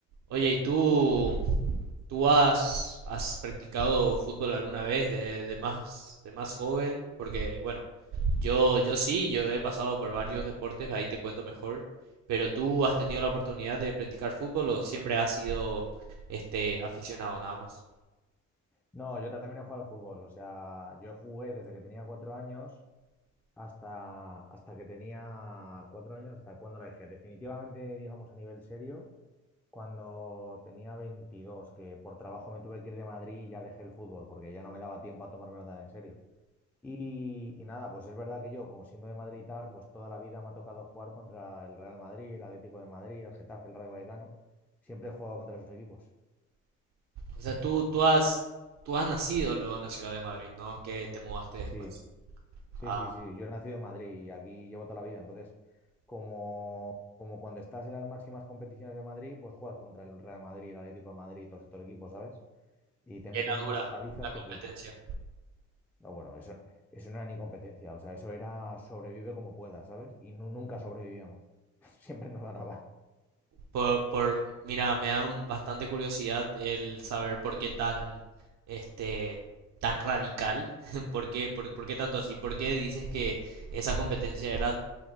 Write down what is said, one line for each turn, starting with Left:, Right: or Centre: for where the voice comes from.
Right: Oye, ¿y tú, tú has, has practicado fútbol alguna vez de, de más, de más joven? Porque, bueno, Yo, yo sí, yo he pasado por varios deportes, ahí te cuento mejor, pero tú has tenido la oportunidad de practicar fútbol o siempre has sido este aficionado nada más.
Centre: No, yo también he jugado al fútbol. O sea, yo jugué desde que tenía cuatro años hasta, hasta que tenía cuatro años, hasta cuando la dejé. Definitivamente, digamos, a nivel serio, cuando tenía 22, que por trabajo me tuve que ir de Madrid y ya dejé el fútbol, porque ya no me daba tiempo a tomármelo tan en serio. Y, y nada, pues es verdad que yo, como siendo de Madrid y tal, pues toda la vida me ha tocado jugar contra el Real Madrid, el Atlético de Madrid, el Getafe, el Rayo Vallecano. Siempre he jugado contra esos equipos.
Right: O sea, tú, tú has, tú has nacido luego en la ciudad de Madrid, ¿no? Que te mudaste después.
Centre: Sí, sí,
Right: Ah,
Centre: sí, sí. Yo he nacido en Madrid y aquí llevo toda la vida. Entonces, como, como cuando estás en las máximas competiciones de Madrid, pues juegas contra el Real Madrid, el Atlético de Madrid y todos estos equipos, ¿sabes? Y te
Right: que
Centre: meten
Right: la
Centre: unas
Right: dura,
Centre: palizas
Right: la competencia.
Centre: que flipas. No, bueno, eso, eso no era ni competencia. O sea, eso era sobrevive como puedas, ¿sabes? Y nu- nunca sobrevivíamos. <laughs> Siempre nos ganaban.
Right: Por, por- mira, me da bastante curiosidad el saber por qué tan, este, tan radical, <laughs> por qué, por, por qué tanto así, por qué dices que esa competencia era